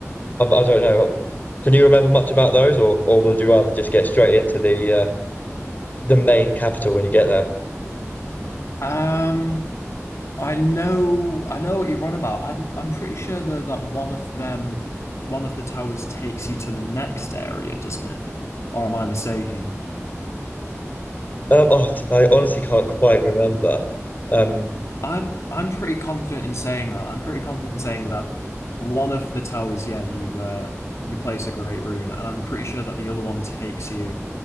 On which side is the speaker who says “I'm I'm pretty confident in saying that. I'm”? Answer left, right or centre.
Left